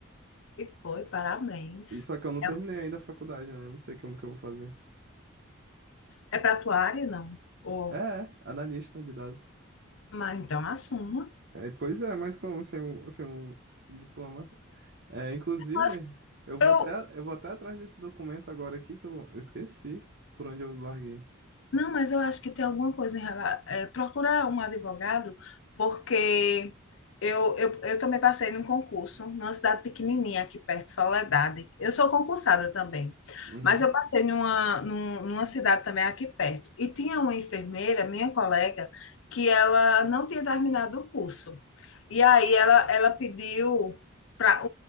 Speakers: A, on the left (about 65°); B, on the right (about 55°).
A: E foi, parabéns.
B: E só que eu não terminei
A: É,
B: ainda a faculdade, né? Eu Não sei como que eu vou fazer.
A: é para tua área, não? Ou,
B: É, é, analista de dados.
A: mas então assuma.
B: É, pois é, mas como ser um, ser um diploma? É, inclusive,
A: Mas
B: eu vou
A: Eu,
B: até, eu vou até atrás desse documento agora aqui que eu, eu esqueci por onde eu larguei.
A: Não, mas eu acho que tem alguma coisa em relação. procurar um advogado, porque eu, eu, eu também passei num concurso numa cidade pequenininha aqui perto, Soledade. Eu sou concursada também,
B: Uhum.
A: mas eu passei numa, num- numa cidade também aqui perto. E tinha uma enfermeira, minha colega, que ela não tinha terminado o curso. E aí ela, ela pediu para,